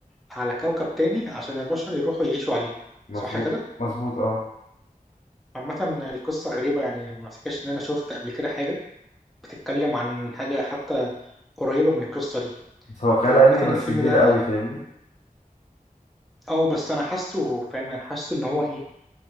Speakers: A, in the centre; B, on the left.
A: على كوكب تاني عشان البشر يروحوا يعيشوا عليه
B: مظبوط
A: صح كده؟
B: مظبوط اه
A: عامة القصة غريبة يعني ما افتكرش ان انا شفت قبل كده حاجة بتتكلم عن حاجة حتى قريبة من القصة دي
B: بس هو خيال
A: فعامة
B: علمي
A: الفيلم
B: بس كبير
A: ده اه
B: قوي فاهمني
A: آه، بس انا حاسه فاهم انا حاسه ان هو ايه